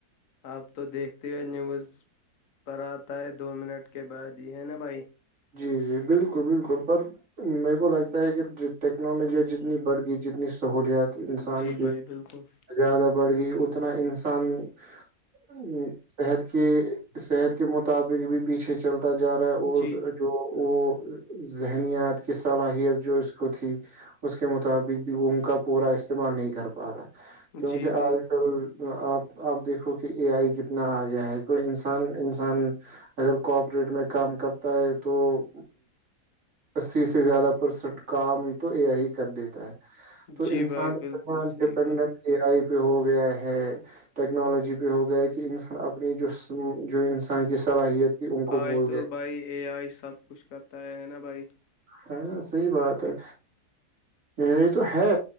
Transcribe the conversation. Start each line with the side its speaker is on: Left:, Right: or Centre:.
Left: آپ تو دیکھتے ہو نیوز پر آتا ہے دو منٹ کے بعد یہ ہے نا بھائی
Right: جی جی بالکل بالکل پر میرے کو لگتا ہے کہ ٹیکنالوجیاں جتنی بڑھ گئی جتنی سہولیات انسان
Left: جی
Right: کی
Left: بھائی بالکل
Right: زیادہ بڑھ گئی اتنا انسان صحت کے صحت کے مطابق بھی پیچھے چلتا جا رہا ہے اور
Left: جی
Right: جو وہ ذہنییات کی صلاحیت جو اس کو تھی اس کے مطابق بھی ان کا پورا استعمال نہیں کر پا رہا کیونکہ
Left: جی بھائی
Right: آج چ آپ آپ دیکھو کہ اے آئی کتنا آ گیا ہے کو انسان انسان اگر کوپریٹ میں کام کرتا ہے تو اسی سے زیادہ پرسینٹ کام تو ا آ ہی کر دیتا ہے تو
Left: جی
Right: انسان
Left: بھائی بالکل
Right: اتنا
Left: صحیح
Right: ڈپینڈنٹ
Left: بات
Right: اے آئی پہ ہو گیا ہے ٹیکنالوجی پہ ہو گیا کہ انسان اپنی جو جو انسان کی صلاحیت تھی ان کو
Left: آج
Right: بھول
Left: تو
Right: گئے
Left: اے آئی سب کچھ کرتا ہے ہے نا بھائی
Right: ہے نا صحی بات ہے یہ یہ تو ہے